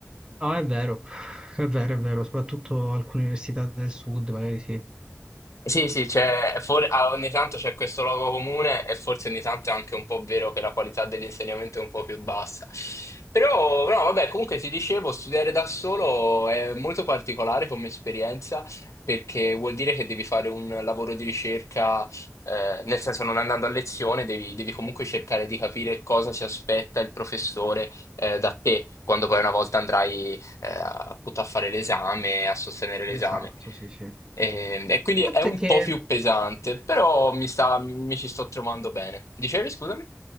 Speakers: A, on the right; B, on the left.
A: No, è vero, è vero, è vero, soprattutto alcune università del sud, magari sì.
B: Sì, sì, c'è, for- ah, ogni tanto c'è questo luogo comune e forse ogni tanto è anche un po' vero che la qualità dell'insegnamento è un po' più bassa. Però, no, vabbè, comunque ti dicevo, studiare da solo è molto particolare come esperienza perché vuol dire che devi fare un lavoro di ricerca, eh, nel senso non andando a lezione, devi, devi comunque cercare di capire cosa si aspetta il professore, eh, da te quando poi una volta andrai, eh, appunto a fare l'esame, a sostenere l'esame.
A: Esatto, sì, sì. Il
B: E, e quindi
A: fatto
B: è un
A: è che
B: po' più pesante, però mi sta, mi ci sto trovando bene. Dicevi, scusami?